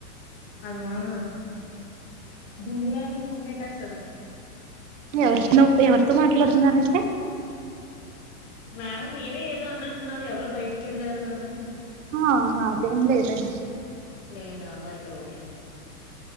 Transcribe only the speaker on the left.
అల్మామ్మా దుములాన్ని పక్నేట్స్తడు
మేడం మీరే ఏదో అన్నట్టున్నారు ఎవరు బయటికి వెళ్ళారు అని
లేదాయి ఓకే మేడం